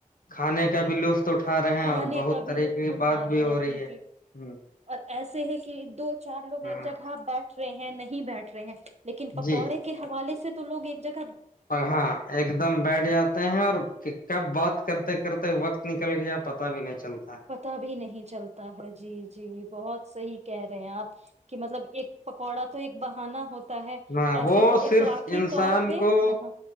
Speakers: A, on the left (about 85°); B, on the right (about 50°).
A: کھانے کا بھی لطف اٹھا رہے
B: کھانے
A: ہیں اور بہت
B: کا بھی
A: طریقے
B: لطف اٹھا
A: کی بات
B: رہے
A: بھی ہو
B: ہیں
A: رہی
B: جی
A: ہے
B: جی
A: ہ
B: اور ایسے ہے کہ دو چار لوگ
A: ہاں
B: ایک جگہ بیٹھ رہے ہیں نہیں ہی بیٹھ رہے ہیں لیکن پکوڑے
A: جی
B: کے حوالے سے تووگ ایک جگ
A: ہاں ایک دم بیٹھ جاتے ہیں اور کب بات کرتے کرتے وقت نکل گیا پتا بھی نہیں چلتا
B: پتا بھی نہیں چلتا ہے جی جی بہت صحی کہہ رہے ہیں آپ کہ مطلب ایک پکوڑا تو ایک بہانا ہوتا ہے
A: ہ
B: ایسے
A: وہ
B: تو اخلاقی
A: صرف انسان
B: طور پہ
A: کو
B: ہاں ہاں